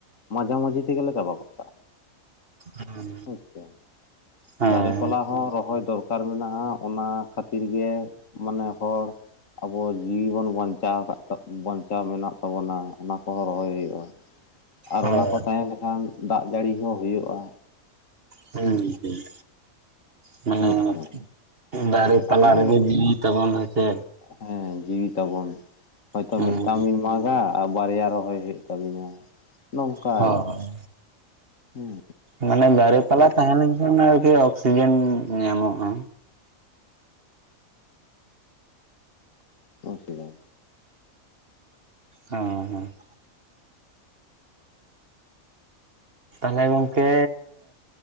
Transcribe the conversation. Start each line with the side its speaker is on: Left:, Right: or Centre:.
Left: ᱢᱟᱡᱷᱟ ᱢᱟᱹᱡᱷᱤ ᱛᱮᱜᱮ ᱞᱮ ᱪᱟᱵᱟ ᱜᱚᱜᱼᱼ
Right: ᱦᱮᱸ
Left: ᱟᱪᱪᱷᱟ ᱾ <unintelligible>
Right: ᱦᱳᱭ
Left: ᱫᱟᱨᱮ ᱯᱟᱞᱟ ᱦᱚᱸ ᱨᱚᱦᱚᱭ ᱫᱚᱨᱠᱟᱨ ᱫᱚᱨᱠᱟᱨ ᱢᱮᱱᱟᱜ-ᱟ ᱚᱱᱟ ᱠᱷᱟᱛᱤᱨ ᱜᱮ ᱢᱟᱱᱮ ᱦᱚᱲᱼᱼ ᱟᱵᱚ ᱡᱤᱣᱤ ᱵᱚᱱ ᱵᱟᱧᱪᱟᱣ ᱟᱠᱟᱫ <unintelligible> ᱵᱟᱧᱪᱟᱣ ᱢᱮᱱᱟᱜ ᱛᱟᱵᱚᱱᱟ ᱚᱱᱟ ᱠᱚᱦᱚᱸ ᱨᱚᱦᱚᱭ ᱦᱩᱭᱩᱜ-ᱟ᱾ ᱟᱨ
Right: ᱦᱳᱭ
Left: ᱚᱱᱟ ᱠᱚ ᱛᱟᱦᱮᱸ ᱞᱮᱠᱷᱟᱱ ᱫᱟᱜ ᱡᱟᱲᱤ ᱦᱚᱸ ᱦᱩᱭᱩᱜ-ᱟ᱾
Right: ᱦᱮᱸ ᱦᱩᱸ᱾ <unintelligible>
Left: ᱵᱩᱡ ᱫᱟᱢ
Right: ᱫᱟᱨᱮ
Left: ᱟᱵᱚ
Right: ᱯᱟᱞᱟ ᱨᱮᱜᱮ ᱡᱤᱣᱤ ᱛᱟᱵᱚᱱ ᱦᱩᱭ ᱥᱮ
Left: ᱦᱮᱸ ᱡᱤᱣᱤ ᱛᱟᱵᱚᱱ ᱾ <unintelligible> ᱦᱚᱭᱛᱚ
Right: ᱦᱩᱸ
Left: ᱢᱤᱫᱴᱟᱝ ᱵᱤᱱ ᱢᱟᱜᱟᱼᱼ ᱟᱨ ᱵᱟᱨᱭᱟ ᱨᱚᱦᱚᱭ ᱦᱩᱭᱩᱜ ᱛᱟᱹᱵᱤᱱᱟ ᱱᱚᱝᱠᱟ
Right: ᱦᱳᱭ
Left: ᱟᱨᱠᱤ, ᱦᱩᱸᱼᱼ
Right: ᱢᱟᱱᱮ ᱫᱟᱨᱮ ᱯᱟᱞᱟ ᱛᱟᱦᱮᱸ ᱞᱮᱱ ᱠᱷᱟᱱ ᱟᱨᱠᱤ ᱚᱠᱥᱤᱡᱮᱱ ᱧᱟᱢᱚᱜ-ᱟ᱾
Left: <unintelligible> ᱠᱮᱫᱟᱭ
Right: ᱦᱮᱸ ᱦᱮᱸ᱾ ᱛᱟᱦᱚᱞᱮ ᱜᱚᱝᱠᱮ